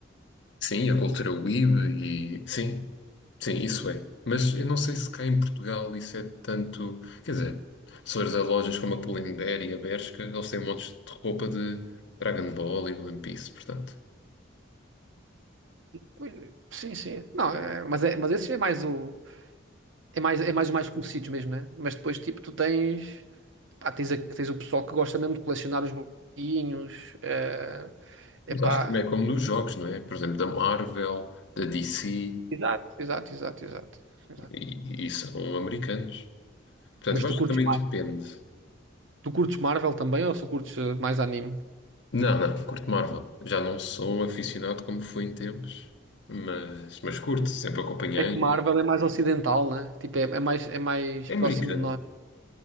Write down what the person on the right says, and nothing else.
Pois, Sim, sim. Não, é- mas, é, mas esse é mais o, é mais, é mais o mais conhecido mesmo, né? Mas depois, tipo, tu tens, pá, tens, a- tens o pessoal que gosta mesmo de colecionar os bonequinhos, é, epá.
Exato. Exato, exato, exato, exato.
Mas
tu
curtes,
tu curtes Marvel também ou só curtes eh, mais anime?
É que Marvel é mais ocidental, né? Tipo, é, é mais, é mais
próximo
de nós.